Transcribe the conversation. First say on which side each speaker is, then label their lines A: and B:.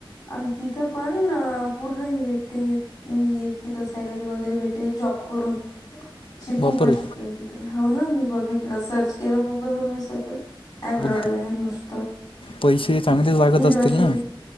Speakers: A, on the left; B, on the left.
A: अन तिथं पण पूर्ण हे भेटते अन तिथं सॅलरी वगैरे भेटते जॉब करून शिकू
B: बापरे
A: पण शकतो मी तिथं ह ना मी बघितलं सर्च केलं गुगल वर मी सगळं एब्रॉडला
B: पण
A: <unintelligible>
B: पैसे चांगलेच लागत
A: युनिव्हर्सिटी
B: असतील ना